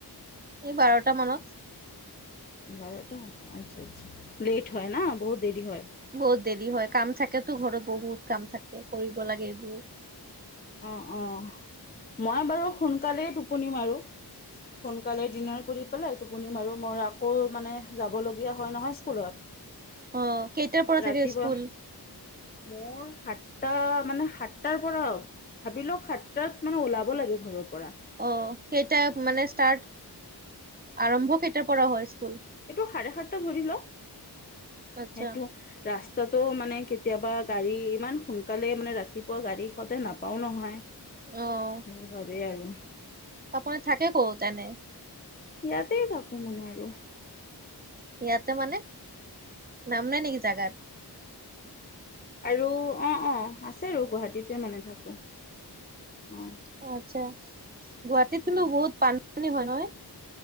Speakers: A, on the right; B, on the left.
A: এই বাৰটা মানত
B: বাৰটা আচ্ছা আচ্ছা লেট হয় ন বহুত দেৰি হয়
A: বহুত দেৰি হয় কাম থাকেতো ঘৰত বহুত কাম থাকে কৰিব লাগে এইবোৰ
B: অ, অ মই বাৰু সোনকালেই টোপনি মাৰো সোনকালে ডিনাৰ কৰি পেলাই টোপুনি মাৰো মোৰ আকৌ মানে যাবলগীয়া হয় নহয় স্কুলত
A: অ কেইটাৰ পৰা
B: ৰাতিপুৱা
A: থাকে স্কুল?
B: মোৰ সাত টা মানে সাতটাৰ পৰাও ভাবিলো সাতটাত মানে ওলাব লাগে ঘৰৰ পৰা।
A: অ কেইটা মানে ষ্টাৰ্ট আৰম্ভ কেইটাৰ পৰা হয়। স্কুল?
B: এইটো সাৰে সাতটা ধৰি ল
A: আচ্ছা
B: এইটো ৰাস্তা টোও মানে কেতিয়াবা গাড়ী ইমান সোনকালে মানে ৰাতিপুৱা গাড়ী সদাই নাপাওঁ নহয়।
A: অহ',
B: সেইবাবে আৰু
A: আপুনি থাকে ক'ত? এনে,
B: ইয়াতেই থাকো মানে আৰু,
A: ইয়াতে মানে, নাম নাই নেকি জাগাৰ?
B: আৰু অ', অ', আছে আৰু গুৱাহাটীতে মানে থাকো। অ'
A: অ', আত্ছা গুৱাহাটীত
B: অঁ
A: কিন্তু বহুত বান পানী হয়। নহয়?